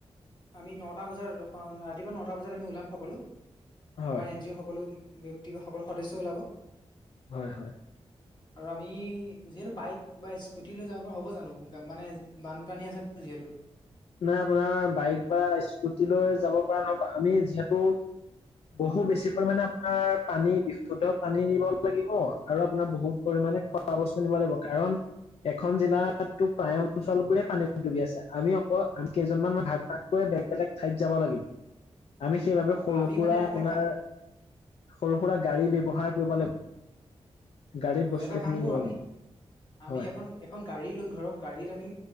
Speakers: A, on the left (about 45°); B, on the left (about 65°).
A: আমি নটা বজাত, ৰাতিপুৱা নটা বজাত আমি ওলাম সকলো।
B: হয়,
A: আমাৰ এন জি অ' সকলো ব্যক্তি বা সকলো সদস্য ওলাব।
B: হয়- হয়।
A: আৰু আমি যিহেতু বাইক বা স্কুটি লৈ যাব পৰা হ'ব। জানো মানে বান পানী আছে যিহেতু।
B: নাই আপোনাৰ বাইক বা স্কুটি লৈ যাব পৰা নহব। আমি যিহেতু বহু বেছি পৰিমানে আপোনাৰ পানী, বিশুদ্ধ পানী নিব লাগিব। আৰু আপোনাৰ বহুত পৰিমানে
A: হয়
B: খোৱা বস্তু নিব লাগিব। কাৰণ এখন জিলাতো
A: হয়
B: প্ৰায় অঞ্চলবোৰে পানীত ডুবি আছে। আমি আকৌ আমি কেইজন মান ভাগ-ভাগ সকলোৱে বেলেগ বেলেগ ঠাইত যাব লাগিব। আমি সেইবাবে সৰু
A: হয়, আমি
B: সুৰা
A: মানে এটা
B: আপোনাৰ
A: কা
B: সৰু সুৰা গাড়ী
A: হয়
B: ব্যৱহাৰ কৰিব লাগিব। গাড়ীত
A: হয়,
B: বস্তু
A: এটা কাম
B: খিনি
A: কৰো
B: নিব
A: আমি,
B: লাগিব
A: আমি
B: হয়
A: এখন এখন গাড়ী লম ধৰক গাড়ীত আমি